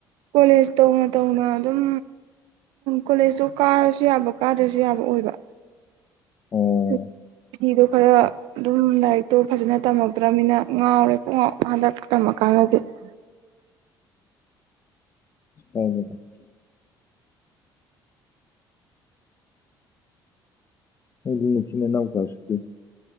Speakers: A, on the right (about 85°); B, on the left (about 30°).
A: ꯀꯣꯂꯦꯖ ꯇꯧꯅ ꯇꯧꯅ ꯑꯗꯨꯝ ꯀꯣꯂꯦꯖꯇꯨ ꯀꯥꯔꯁꯨ ꯌꯥꯕ ꯀꯥꯗ꯭ꯔꯁꯨ ꯌꯥꯕ ꯑꯣꯏꯕ
B: ꯑꯣ
A: ꯑꯗꯨ ꯍꯤꯗꯣ ꯈꯔ ꯑꯗꯨꯝ ꯂꯥꯏꯔꯤꯛꯇꯣ ꯐꯖꯅ ꯇꯝꯃꯛꯇ꯭ꯔꯕꯅꯤꯅ ꯉꯥꯎꯔꯦ ꯄꯨꯡ ꯉꯥꯎ ꯍꯟꯗꯛ ꯇꯝꯂꯀꯥꯟꯗꯗꯤ <unintelligible> <inaudible>
B: ꯑꯣ ꯍꯦꯗ ꯅꯣꯏꯒꯤ ꯃꯤꯁꯤꯅ ꯅꯧꯖꯔꯁꯨ